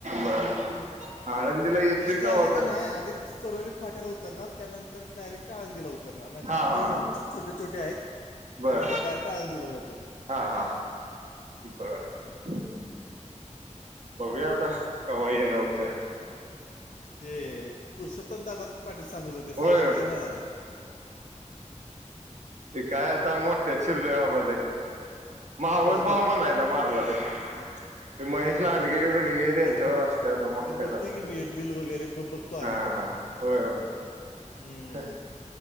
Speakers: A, on the right; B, on the left.
A: बर आळंदीला येतोय
B: एस टी
A: का
B: आली
A: वाद
B: नाही आधी चरोली फाट्याला उतरणार त्यानंतर डायरेक्ट आाळंदीला उतरणार नाही
A: हा
B: ते एक
A: हा
B: दोन छोटे छोटे आहेत
A: बर
B: त्यानंतर डायरेक्टाळून दिला जाते
A: हा हा बर भव्याता कवाय नव होते
B: ते पुरुषोत्तमदाादा पाटील सांगत होते सागर
A: होय होय
B: काही ना झाला.
A: ते काय आता मोठे चिरले आ मले. मवस
B: होय
A: भाव मणयचा माझ ते ते महेश लांडगे
B: हो हो
A: विंडगे त्यांच्यावर
B: ते
A: असते आता मोठक्यात
B: ते बघतोय
A: असते
B: की मी रील वगैरे ब बघतो आधीमध्ये
A: हाा. होय
B: हम्म.
A: ह.